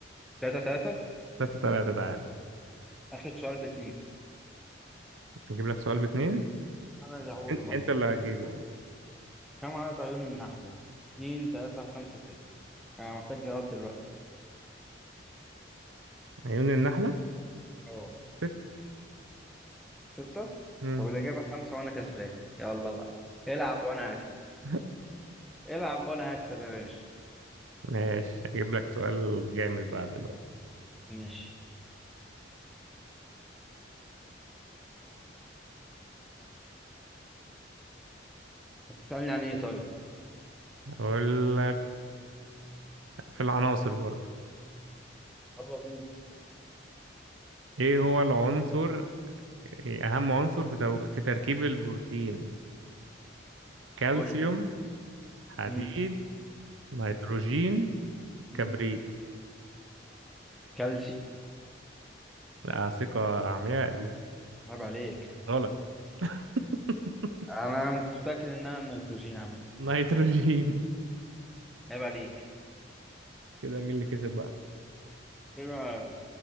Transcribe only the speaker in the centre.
تلاتة تلاتة
آخر سؤال باتنين
أنا اللي هقوله
بقى
كم عدد عيون النحلة؟ اتنين تلاتة خمسة ستة أنا محتاج جواب دلوقتي
أه
ستة
طب الإجابة خمسة وأنا كسبان يلا بقى العب وأنا هكسب
العب وأنا هكسب يا باشا
ماشي سألني عن إيه طيب؟
يلا بينا
قول لي
مم.
مم.
كالسيوم
عيب عليك
انا كنت متاكد انها النيتروجين عم
عيب عليك
انا